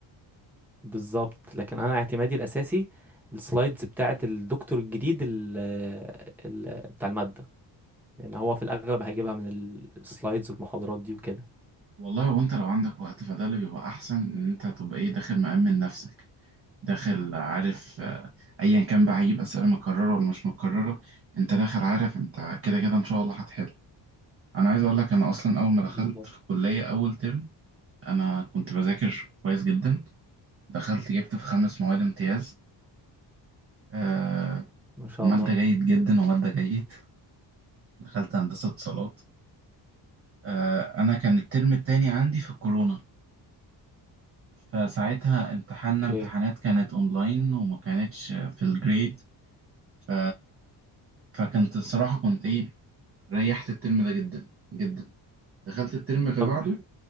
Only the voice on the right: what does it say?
والله وانت لو عندك وقت فده اللي بيبقى احسن ان انت تبقى ايه داخل مأمن نفسك داخل عارف آه، ايا كان بقى هيجيب اسئله مكرره ولا مش مكرره انت داخل عارف انت كده كده ان شاء الله هتحل انا عايز اقول لك انا اصلا اول ما دخلت
في كليه اول ترم انا كنت بذاكر كويس جدا دخلت جبت في خمس مواد امتياز آه
وماده
جيد جدا وماده جيد دخلت هندسه اتصالات آه انا كان الترم التاني عندي في الكورونا فساعتها امتحاننا
امتحانات كانت اونلاين وما كانتش في الجريد ف... فكنت الصراحة كنت ايه ريحت الترم ده جدا جدا دخلت الترم اللي
بعده